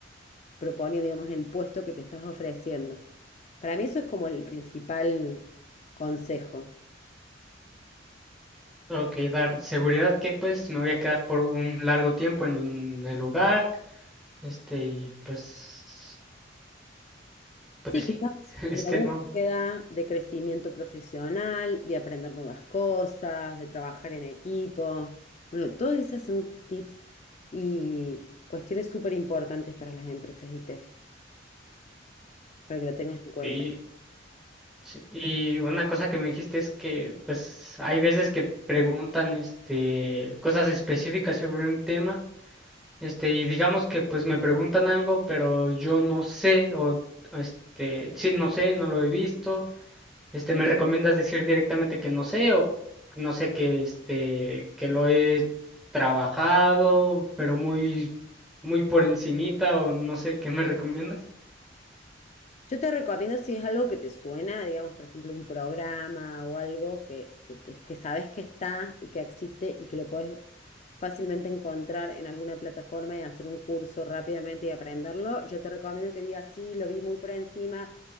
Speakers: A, on the left; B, in the centre.
A: proponiendo, digamos, en el puesto que te estás ofreciendo. Para mí eso es como el principal consejo.
B: Ok, dar seguridad que pues me voy a quedar por un largo tiempo en el lugar, este, y pues, pues
A: Sí, quizás
B: sí, <laughs>
A: en
B: este
A: la búsqueda
B: no.
A: de crecimiento profesional, de aprender nuevas cosas, de trabajar en equipo. Bueno, todas esas son tips y cuestiones súper importantes para las empresas IT, para que lo tengas en cuenta.
B: ok, sí. Y una cosa que me dijiste es que pues hay veces que preguntan este cosas específicas sobre un tema, este, y digamos que pues me preguntan algo, pero yo no sé, o este, sí, no sé, no lo he visto Este, ¿me recomiendas decir directamente que no sé o no sé que este que lo he trabajado, pero muy muy por encimita o no sé qué me recomiendas?
A: Yo te recomiendo si es algo que te suena, digamos, por ejemplo, un programa o algo que, que, que, que sabes que está y que existe y que lo podés fácilmente encontrar en alguna plataforma y hacer un curso rápidamente y aprenderlo. Yo te recomiendo que digas, sí, lo vi muy por encima,